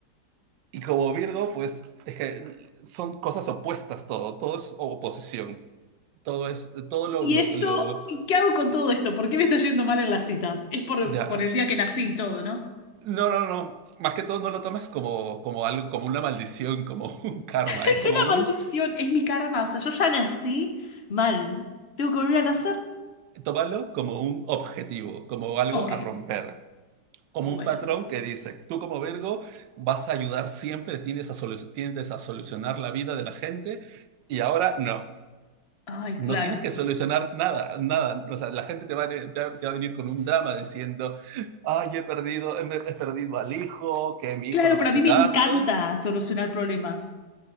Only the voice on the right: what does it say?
como Virgo, pues es que son cosas opuestas todo, todo es oposición, todo es, todo lo,
lo,
lo
ya,
no, no, no, más que todo no lo tomes como, como algo, como una maldición, como <laughs> un karma,
es
¿eh? como
un,
Tómalo como un objetivo, como algo
a romper, como
un patrón que dice, tú como Virgo vas a ayudar siempre, tiendes a, solu- tiendes a solucionar la vida de la gente y ahora no.
No
tienes que solucionar nada, nada. O sea, la gente te va, a, te va- te va a venir con un drama diciendo, ay, he perdido, he, he perdido al hijo, que mi
hijo no
me hace
caso.